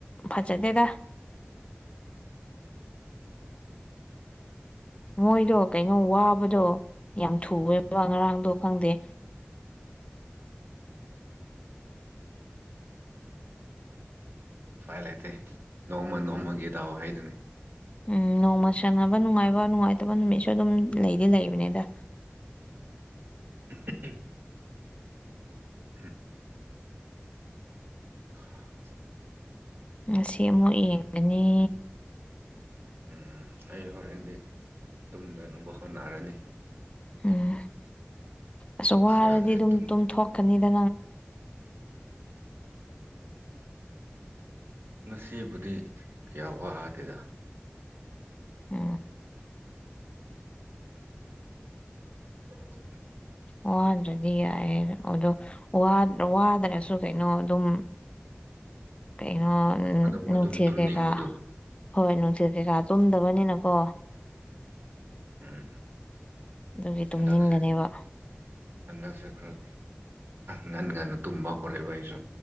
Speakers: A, on the left; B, on the right.
A: ꯐꯖꯗꯦꯗ ꯃꯣꯏꯗꯣ
B: ꯎꯝ
A: ꯀꯩꯅꯣ ꯋꯥꯕꯗꯣ ꯌꯥꯝ ꯊꯨꯑꯦꯕ
B: ꯎꯝ
A: ꯉꯔꯥꯡꯗꯣ ꯈꯪꯗꯦ
B: ꯄꯥꯏ ꯂꯩꯇꯦ ꯅꯣꯡꯃ ꯅꯣꯡꯃꯒꯤ ꯇꯥꯑꯣ ꯍꯥꯏꯗꯨꯅꯤ
A: ꯎꯝ ꯅꯣꯡꯃ ꯁꯥꯟꯕ ꯅꯨꯡꯉꯥꯏꯕ ꯅꯨꯡꯉꯥꯏꯇꯕ ꯅꯨꯃꯤꯠꯁꯨ ꯑꯗꯨꯝ ꯂꯩꯗꯤ ꯂꯩꯕꯅꯤꯗ
B: <unintelligible> <unintelligible> <unintelligible>
A: ꯉꯁꯤ ꯑꯃꯨꯛ ꯌꯦꯡꯒꯅꯤ
B: ꯎ ꯑꯩ ꯍꯣꯔꯦꯟꯗꯤ ꯇꯨꯝꯗꯅꯕ ꯍꯣꯠꯅꯔꯅꯤ
A: ꯎꯝ ꯑꯁ ꯋꯥꯔꯗꯤ
B: ꯌꯥꯗ꯭ꯔꯦ
A: ꯑꯗꯨꯝ
B: ꯇꯨꯝ
A: ꯇꯨꯝꯊꯣꯛꯀꯅꯤꯗ
B: ꯉꯁꯤꯕꯨꯗꯤ ꯀꯌꯥ ꯋꯥꯗꯦꯗ
A: ꯎ
B: <unintelligible>
A: ꯋꯥꯗ꯭ꯔꯗꯤ ꯌꯥꯏ ꯑꯗꯣ ꯋꯥꯗ꯭ꯔꯁꯨ ꯀꯩꯅꯣ ꯑꯗꯨꯝ ꯀꯩꯅꯣ
B: ꯑꯗꯨꯕꯨ
A: ꯅꯨꯡꯊꯤꯜ
B: ꯑꯗꯨꯝ ꯇꯨꯝꯅꯤꯡꯕꯗꯨ
A: ꯀꯩꯀꯥ ꯍꯣꯏ ꯅꯨꯡꯊꯤꯜ ꯀꯩꯀꯥ ꯇꯨꯝꯗꯕꯅꯤꯅꯀꯣ
B: ꯎꯝ
A: ꯑꯗꯨꯒꯤ
B: ꯍꯟꯗꯛꯁꯦ
A: ꯇꯨꯝꯅꯤꯡꯒꯅꯦꯕ
B: ꯍꯟꯗꯛꯁꯦ ꯈꯔ ꯉꯟ ꯉꯟꯅ ꯇꯨꯝꯕ ꯍꯧꯔꯦꯕ ꯑꯩꯁꯨ